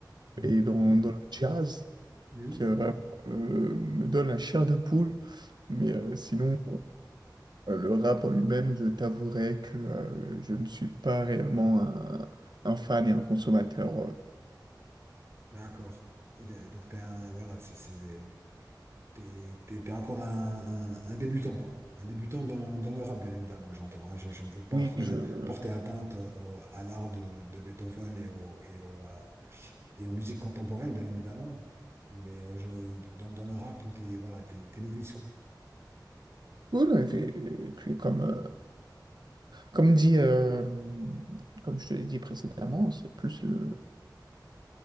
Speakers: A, on the right; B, on the right.
A: Mhm.
B: et dans, dans le jazz.
A: Oui,
B: qui euh, vraiment euh, me donne la chair de poule. Mais euh, sinon, euh, le rap en lui-même, je t'avouerai que euh, je ne suis pas réellement un, un fan et un consommateur. euh.
A: d'accord. Ok, donc t'es un, voilà, c'est, c'est, t'es, t'es, t'es encore un, un, un débutant, quoi. Un débutant dans, dans le rap, bien évidemment, j'entends. hein. Je, je ne veux pas
B: Oui,
A: faire,
B: je...
A: porter atteinte au- à l'art de, de Beethoven et, au, et, au, euh, et aux musiques contemporaines, bien évidemment. Mais euh, je, dans, dans le rap, t'es, voilà, t'es, t'es novice, quoi.
B: Cool, et puis et puis comme, euh, comme dit, euh, comme je te l'ai dit précédemment, c'est plus le,